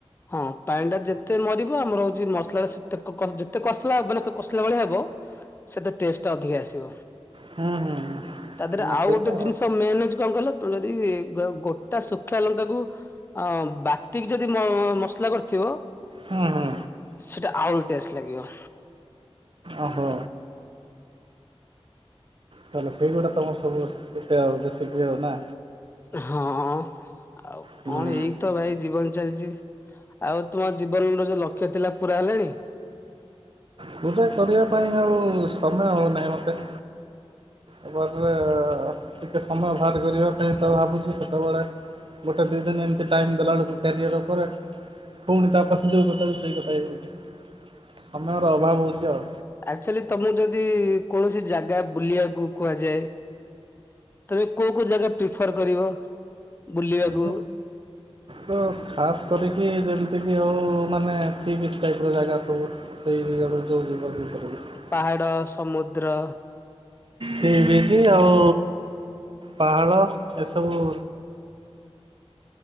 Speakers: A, on the left (about 20°); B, on the right (about 55°).
A: ହଁ ପାଣି ଟା ଯେତେ ମରିବ ଆମର ଯେ ମସଲାଟା ସେତେ କ-କଷ ଯେତେ କଷିଲା ବେଲକୁ କଷିଲା ଭଳିଆ ହେବ ସେତେ ଟେଷ୍ଟ ଟା ଅଧିକା ଆସିବ।
B: ହୁଁ ହୁଁ
A: ତା ଦେହରେ
B: ନା
A: ଆଉ
B: ସେଇଟା
A: ଗୋଟେ ଜିନିଷ ମେନ୍ ଅଛି କଣ କହିଲ? ଯଦି ଗୋ ଗୋଟା ଶୁଖିଲା ଲଙ୍କାକୁ ଅ, ବାଟିକି ଯଦି ମ- ମସଲା କରିଥିବ
B: ହୁଁ, ହୁଁ।
A: ସେଟା ଆହୁରି ଟେଷ୍ଟ ଲାଗିବ।
B: ଓହୋ! ତାହେଲେ ସେଇଗୁଡା ତୋମର ସବୁ ଯେତେ ଆଉ ଦେଶୀ କି ହବ ନା।
A: ହଁ ଆଉ
B: ହୁଁ।
A: କଣ ଏଇ ତ ଭାଇ ଜୀବନ। ଚାଲିଚି। ଆଉ ତୁମ ଜୀବନର ଯୋଉ ଲକ୍ଷ୍ୟ ଥିଲା ପୁରା ହେଲାଣି?
B: ପୁରା କରିବା ପାଇଁ ଆଉ ସମୟ ହଉନାହିଁ ମୋତେ। ଏପଟରେ ଟିକେ ସମୟ ବାହାର କରିବା ପାଇଁ ତ ଭାବୁଛି। ସେତେବେଳେ ଗୋଟେ ଦି ଦିନ ଏମିତି ଟାଇମ୍ ଦେଲାବେଳକୁ କ୍ୟାରିଅର୍ ଉପରେ ପୁଣି ତା ପ୍ରତିଯୋଗ କଥା ବି ସେଇ କଥା ହେଇ ହଉଚି। ସମୟର ଅଭାବ ହଉଚି ଆଉ।
A: ଆକ୍ଚୁଲି ତୋମକୁ ଯଦି କୌଣସି ଜାଗା ବୁଲିବାକୁ କୁହାଯାଏ ତୁମେ କୋଉ କୋଉ ଜାଗା ପ୍ରିଫର୍ କରିବ? ବୁଲିବାକୁ
B: ମୁଁ ତ ଖାସ୍ କରିକି ଯଦି ଏତିକି ହଉ ମାନେ ସି ବିଚ୍ ଟାଇପ୍ ର ଜାଗା ସବୁ ସେଇ ଆଡ଼କୁ ଯୋଉ ଯିବାକୁ କରୁଛି।
A: ପାହାଡ, ସମୁଦ୍ର
B: ସି ବିଚ୍ ଆଉ ପାହାଡ଼ ଏସବୁ।